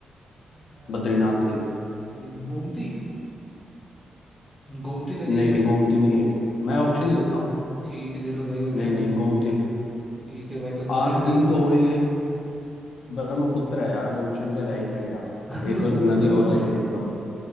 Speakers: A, in the centre; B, on the left (about 75°).
A: गायत्री,
B: बद्रीनाथ से ही
A: ये गोमती गोमती नदी
B: नहीं
A: है भाई
B: गोमती भी नहीं है मैं ऑप्शन दे देता हूँ
A: ठीक है दे दो भाई ऑप्शन
B: नहीं नहीं
A: दो
B: गोमती भी
A: ठीक है भाई तुम
B: हाँ
A: ऑप्शन दे
B: तीन
A: दो <laughs>
B: तो हो ही गए ब्रह्मपुत्र है यार अब ऑप्शन का रह ही क्या गया
A: अच्छा
B: एक और
A: ब्रह्म-
B: नदी
A: ब्रह्मपुत्र
B: और रह गई थी ब्रह्म